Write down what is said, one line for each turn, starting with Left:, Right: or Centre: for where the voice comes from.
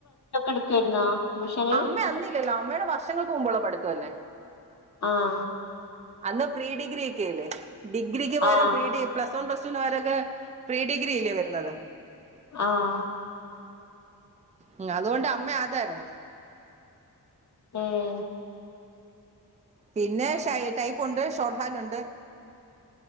Left: എടുക്കായിരുന്നോ ട്യൂഷന്
Right: അമ്മ അന്നില്ലല്ലോ അമ്മയുടെ വർ ഷങ്ങൾക്ക് മുമ്പോള്ള പഠിത്തം അല്ലേ
Left: ആഹ്
Right: അന്ന് പ്രീ ഡിഗ്രി ഒക്കെ അല്ലേ ഡിഗ്രിക്ക് പകരം
Left: ആഹ്
Right: പ്രീ ഡി പ്ലസ് വൺ പ്ലസ് ടുന് പകരൊക്കെ പ്രീ ഡിഗ്രി ഇല്ലേ വരുന്നത്
Left: ആഹ്
Right: ഉം അതുകൊണ്ട് അമ്മ അതായിരുന്നു
Left: ഉം
Right: പിന്നെ ഷൈ ടൈപ്പുണ്ട് ഷോർട്ട് ഹാൻഡ് ഉണ്ട്